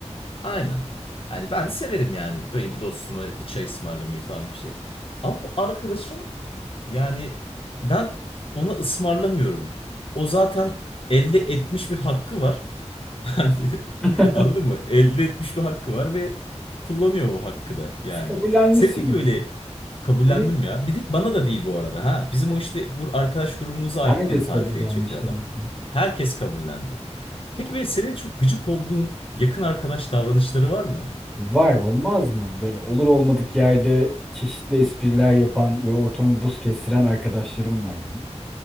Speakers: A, on the left (about 50°); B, in the centre.
A: Aynen. Yani ben de severim yani böyle bir dostuma bir çay ısmarlamayı falan bir şey. Ama bu arkadaşım yani ben ona ısmarlamıyorum. O zaten elde etmiş bir hakkı var. <laughs> Hani
B: <laughs>
A: anladın mı? Elde etmiş bir hakkı var ve kullanıyor o hakkı da yani.
B: Siz kabullenmişsiniz.
A: Sen peki böyle kabullendim
B: Benim
A: ya. Bir de bana da değil bu arada ha. Bizim o işte bu arkadaş grubumuza
B: herkes
A: aynı tarifeyi
B: kabullenmiş
A: çekiyor
B: demek
A: adam.
B: ki.
A: Herkes kabullendi. Peki böyle senin çok gıcık olduğun yakın arkadaş davranışları var mı?
B: Var olmaz mı? Böyle olur olmadık yerde çeşitli espriler yapan ve ortamı buz kestiren arkadaşlarım var benim.